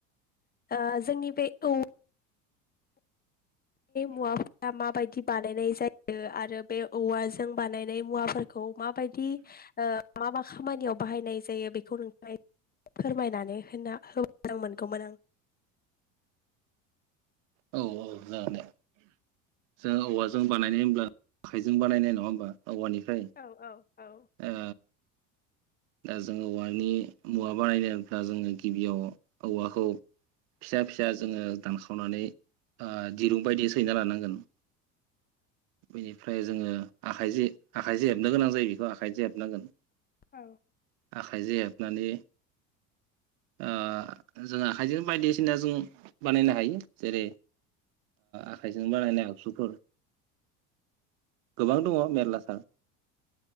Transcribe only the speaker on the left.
आ जोंनि बे औ मुवाफोरा माबायदि बानायनाय जायो आरो बे औवाजों बानायनाय मुवाफोर खौ माबायदि ओ मा मा खामानियाव बाहायनाय जायो बेखौ नोंथाङा फोरमायनानै होबा मोजां मोनगौमोन आं।
औ औ औ
औ